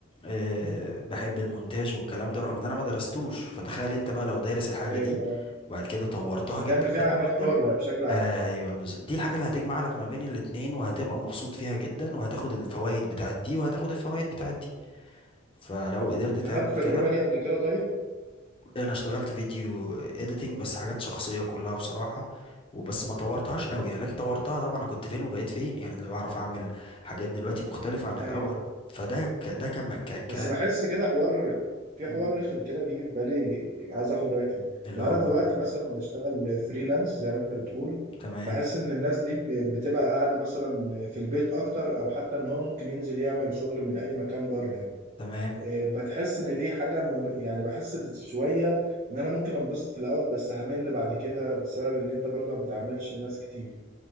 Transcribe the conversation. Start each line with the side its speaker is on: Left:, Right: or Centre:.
Left: آه، بحب المونتاج والكلام ده رغم ان انا ما درستوش فتخيل انت بقى لو دارس الحاجة
Right: ايوه
Left: دي وبعد كده طورتها
Right: بتعمل
Left: جدا جدا
Right: فيها اعمال
Left: جدا
Right: حره بشكل
Left: ايوه بالظبط دي الحاجة اللي هتجمع لك ما بين الاتنين وهتبقى مبسوط فيها جدا وهتاخد الفوائد بتاعت دي وهتاخد الفوائد بتاعت دي فلو قدرت
Right: انت
Left: تعمل
Right: خدت التجربه
Left: كده
Right: دي قبل كده طيب
Left: انا اشتغلت فيديو اديتنج بس حاجات شخصيه كلها بصراحه وبس ما طورتهاش قوي يعني لكن طورتها طبعا انا كنت فين وبقيت فين يعني اللي بعرف اعمل حاجات دلوقتي مختلفه عن
Right: ايوه
Left: الاول فده ك... ده كم ك... ك...
Right: بس بحس كده حوار في
Left: مم.
Right: حوار رخم كده بيجي في بالي عايز اخد رايك فيه
Left: اللي
Right: لو
Left: هو
Right: انا دلوقتي مثلا بشتغل فريلانس زي ما انت بتقول
Left: تمام
Right: بحس ان الناس دي ب- بتبقى قاعده مثلا في البيت اكتر او حتى ان هو ممكن ينزل يعمل شغل من اي مكان بره يعني
Left: تمام
Right: إيه، بتحس ان دي حاجه مم... يعني بحس شويه ان انا ممكن انبسط في الاول بس همل بعد كده بسبب ان انت برضو ما بتعملش
Left: مم.
Right: ناس كتير